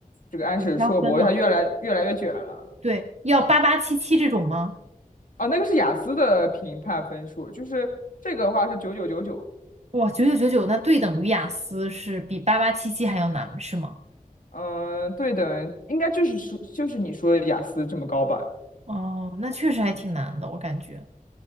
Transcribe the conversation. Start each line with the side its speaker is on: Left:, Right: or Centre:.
Left: 这个安史硕博它越来越来越卷了。
Right: 你是要分吗？对，要八八七七这种吗？
Left: 哦，那个是雅思的评判分数，就是这个的话是九九九九。
Right: 哇，九九九九，那对等于雅思是比八八七七还要难，是吗？
Left: 嗯、呃对的，应该就是说就是你说的雅思这么高吧？
Right: 哦，那确实还挺难的，我感觉。